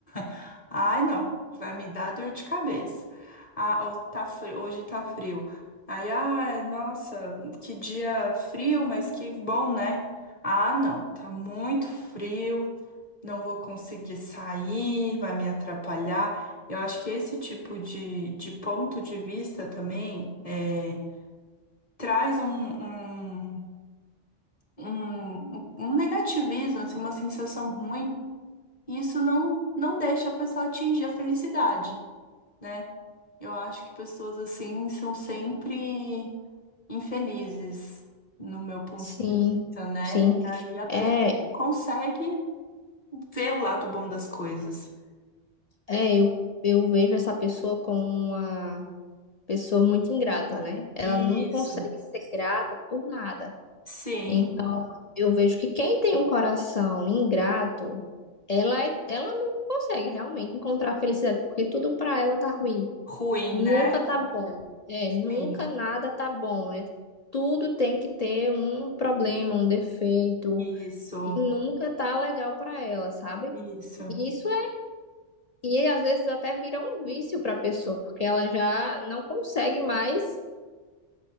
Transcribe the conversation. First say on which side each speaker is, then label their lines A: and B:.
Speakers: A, on the left; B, on the left.
A: <laughs> Ai, não, vai me dar dor de cabeça. Ah, ou tá frio, hoje tá frio. Aí, ah, nossa, que dia frio, mas que bom, né? Ah, não, tá muito frio não vou conseguir sair, vai me atrapalhar. Eu acho que esse tipo de, de ponto de vista também é, traz um, um, um, um negativismo, assim, uma sensação ruim, e isso não, não deixa a pessoa atingir a felicidade, né? Eu acho que pessoas assim são sempre infelizes, no meu ponto
B: Sim,
A: de vista, né?
B: sim.
A: E aí a pessoa
B: É,
A: não consegue ver o lado bom das coisas.
B: é, eu, eu vejo essa pessoa como uma pessoa muito ingrata, né? Ela
A: Isso.
B: não consegue ser grata por nada.
A: Sim,
B: Então, eu vejo que quem tem um coração ingrato, ela, é- ela não consegue realmente encontrar felicidade, porque tudo pra ela tá ruim.
A: ruim,
B: Nunca
A: né?
B: tá bom. É, nunca
A: Sim.
B: nada tá bom, né? Tudo tem que ter um problema, um defeito,
A: Isso,
B: e nunca tá legal pra ela, sabe?
A: isso,
B: Isso E às vezes até vira um vício para a pessoa, porque ela já não consegue mais